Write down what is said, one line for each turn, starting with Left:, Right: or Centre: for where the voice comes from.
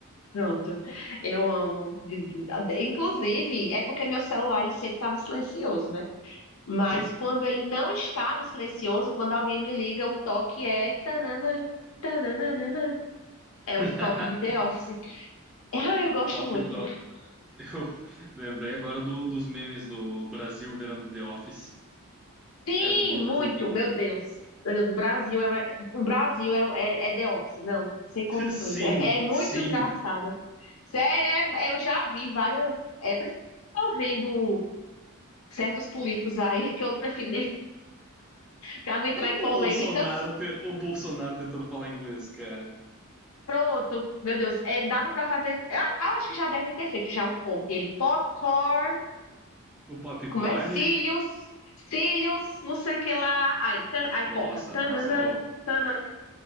Left: Pronto. Eu amo. Inclusive, é porque meu celular ele sempre tá no silencioso, né? Mas
Centre: Sim.
Left: quando ele não está no silencioso, quando alguém me liga, o toque é tananã, tananana. É
Centre: <laughs>
Left: os toques de The Office. <laughs> Ah, Eu gosto
Centre: Toque
Left: muito.
Centre: de- Eu <laughs> lembrei agora do- dos memes do Brasil virando The Office.
Left: Sim,
Centre: É muito
Left: muito,
Centre: bom.
Left: meu Deus. Meu Deus, o Brasil é, o Brasil é, é, é The Office, não, sem condições.
Centre: <laughs> Sim,
Left: É, é muito
Centre: sim.
Left: engraçado. Sério, é- eu já vi várias. É, por isso que eu tô vendo certos políticos aí <laughs> que eu prefiro nem para não entrar em
Centre: O
Left: polêmicas.
Centre: Bolsonaro, te- o Bolsonaro tentando falar inglês, cara.
Left: Pronto, meu Deus, é, dava para fazer. Eu, acho que já devem ter feito já um corte. Ele popcorn,
Centre: O Popcorn.
Left: como é? Cílios, cílios, não sei o que lá. Aí, tan, aí
Centre: Nossa,
Left: corta. Tanana,
Centre: nossa. Oh,
Left: tanana.